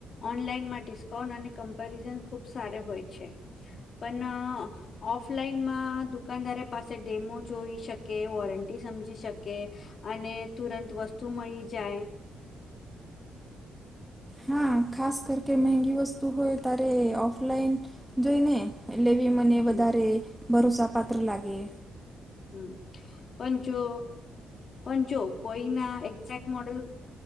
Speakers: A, on the left; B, in the centre.
A: ઓનલાઈનમાં ડિસ્કાઉન્ટ અને કમ્પેરિઝન ખુબ સાર હોય છે પણ ઓફલાઈનમાં દુકાનદાર પાસે ડેમો જોઈ શકે વોરંટી સમજી શકે અને તુરંત વસ્તુ મળી જાય
B: હા ખાસ કર કે મહેંગી વસ્તુ હોય તારે ઓફલાઈન જોઈને એટલે મને
A: હમ
B: વધારે ભરોસા પાત્ર લાગે.
A: હમ. પણ જો પણ જો કોઈ ના એક્ઝેક્ટ મોડલ